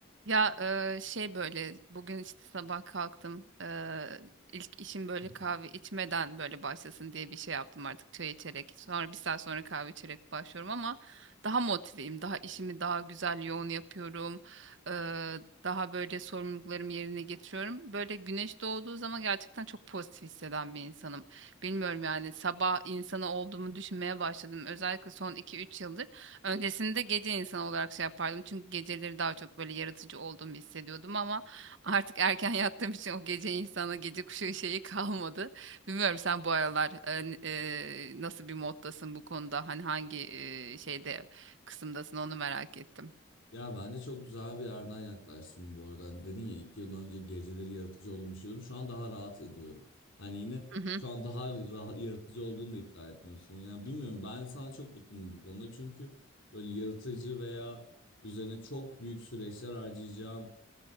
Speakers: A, on the right; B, on the left.
A: Ya e, şey böyle bugün işte sabah kalktım e, ilk işim böyle
B: <laughs>
A: kahve içmeden böyle başlasın diye bir şey yaptım artık çay içerek sonra bir saat sonra kahve içerek başlıyorum ama daha motiveyim daha işimi daha güzel yoğun yapıyorum E, daha böyle sorumluluklarımı yerine getiriyorum böyle güneş doğduğu zaman gerçekten çok pozitif hisseden bir insanım bilmiyorum yani sabah insanı olduğumu düşünmeye başladım özellikle son iki üç yıldır. Öncesinde gece insanı olarak şey yapardım. Çünkü geceleri daha çok böyle yaratıcı olduğumu hissediyordum ama <laughs> artık erken yattığım için o gece insana gece kuşu şeyi kalmadı. Bilmiyorum sen bu aralar e, n- e, nasıl bir moddasın bu konuda? Hani hangi e, şeyde kısımdasın onu merak ettim.
B: Ya bence çok güzel bir yerden yaklaştın bu arada. Hani dedin ya iki yıl önce geceleri yaratıcı olduğumu düşünüyordum. Şu an daha rahat ediyorum. Hani yine
A: Hı hı.
B: şu an daha rahat, yaratıcı olduğunu da iddia etmiyorsun. Yani bilmiyorum ben sana çok yakınım bu konuda. Çünkü böyle yaratıcı veya üzerine çok büyük süreçler harcayacağım.